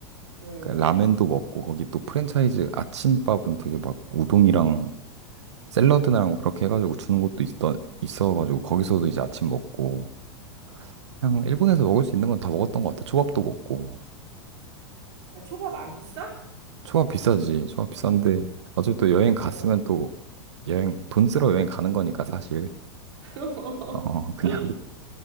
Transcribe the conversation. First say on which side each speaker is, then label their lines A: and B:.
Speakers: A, on the right; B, on the right.
A: 응.
B: 그 라멘도 먹고 거기 또 프랜차이즈 아침밥은 되게 막 우동이랑 샐러드랑 뭐 그렇게 해가지고 주는 것도 있던 있어가지고 거기서도 이제 아침 먹고 그냥 일본에서 먹을 수 있는 건 다 먹었던 것 같아. 초밥도 먹고
A: 야, 초밥 안 비싸?
B: 초밥 비싸지. 초밥 비싼데 어차피 또 여행 갔으면
A: 응.
B: 또 여행 돈 쓰러 여행 가는 거니까 사실
A: <laughs>
B: 어 <laughs> 그냥